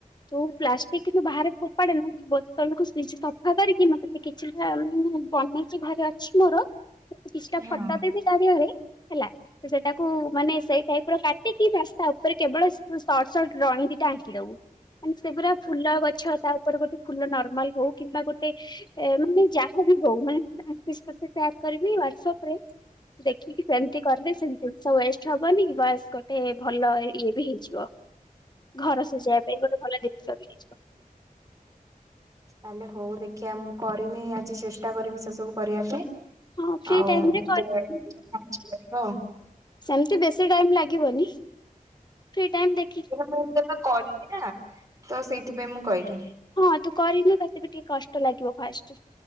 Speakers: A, on the left (about 30°); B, on the right (about 25°).
A: ଯୋଉ ପ୍ଲା ଷ୍ଟିକ୍ କିନ୍ତୁ ବାହାରେ ଫୋପାଡେନା, ବୋତଲକୁ ନିଜେ ସଫା କରିକି ମତେ ଏ କିଛିଟା ମୁଁ ବନେଇଚି ଘରେ ଅଛି ମୋର, କିଛିଟା
B: ହଁ।
A: ଫଟୋ ଦେବି <unintelligible> ରେ ହେଲା ତ ସେଟାକୁ ମାନେ ସେଇ ଟାଇପର କାଟିକି ବାସ୍ ତାପରେ କେବଳ ସର୍ଟ ସର୍ଟ ଡ୍ରଇଂ ଦିଟା ଆଙ୍କିଦବୁ। ମାନେ ସେଗୁରା ଫୁଲ ଗଛ ତା ଉପରେ ଗୋଟେ ଫୁଲ ନର୍ମାଲ ହଉ କିମ୍ବା ଗୋଟେ ମାନେ ଯାହାବି ହଉ, ମାନେ ଆଙ୍କିଚି ତତେ ସେୟାର କରିବି ହ୍ୱାଟସ୍ ଅପ୍ ରେ ଦେଖିକି ସେମିତି କରିଲେ ସେମିତି ଜିନିଷ ୱେଷ୍ଟ ହବନି ବାସ୍ ଗୋ ଟେ ଭଲ ଇଏ ବି ହେଇଯିବ। ଘର ସଜାଇବା ପାଇଁ ଗୋଟେ ଭଲ ଜିନିଷ ବି ହେଇଯିବ।
B: ତାହେଲେ ହଉ ଦେଖିବା ମୁଁ କରିନି ଆଜି ଚେଷ୍ଟା କରିମି ସେସବୁ କରିବା ପାଇଁ।
A: ହଁ ଫ୍ରି
B: ଆଉ
A: ଟାଇମ
B: <unintelligible>
A: ରେ ସେମତି ବେଶୀ ଟାଇମ୍ ଲାଗିବନି। ଫ୍ରୀ ଟାଇମ୍ ଦେ
B: ମୁଁ କେବେ କରନି ନା ତ ସେଇଥିପାଇଁ ମୁଁ କହିଲି।
A: ହଁ ତୁ କରିନୁ ତତେ ବି ଟିକେ କଷ୍ଟ ଲାଗିବ ଫାଷ୍ଟ।